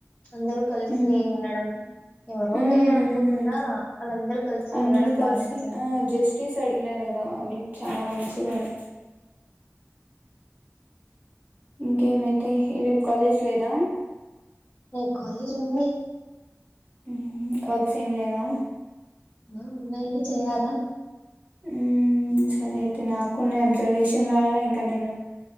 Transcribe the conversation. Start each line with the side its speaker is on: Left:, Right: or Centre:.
Left: అందరుూ కలిసి
Right: ఉమ్
Left: ఉండడం ఎవరో
Right: ఉమ్
Left: లే అనుకోకుండా
Right: ఉమ్
Left: వాళ్ళందరూ కలిసి
Right: అందరూ
Left: ఉండడం
Right: కలిసి
Left: బాగా నచ్చంది
Right: ఆ జస్టిస్ అడిగినారు కదా రేపు చాలా మంచిదని ఇంకేమైతే రేపు కాలేజ్ లేదా
Left: న కాలేజ్ ఉంది
Right: హామ్ వర్క్స్ ఏం లేవా
Left: ఆ ఉన్నాయి చేయాలా
Right: హం సరే అయితే నాకున్న అబ్జర్వేషన్ రాాలా ఇంకా నేను